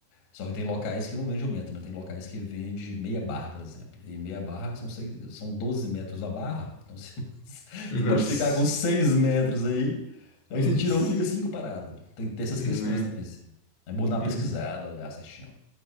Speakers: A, on the left (about 50°); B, on the left (about 80°).
A: Só que tem locais que não vende o metro, né? Tem locais que vende meia barra, por exemplo. E meia barra são, seis, são 12 metros a barra. Então você, <laughs> você
B: Nossa,
A: pode ficar com 6 metros aí, aí
B: nossa,
A: você tira um fica cinco parado. Tem que ter essas
B: né?
A: questões também, assim. É bom dar uma
B: Hum.
A: pesquisada, olhar certinho.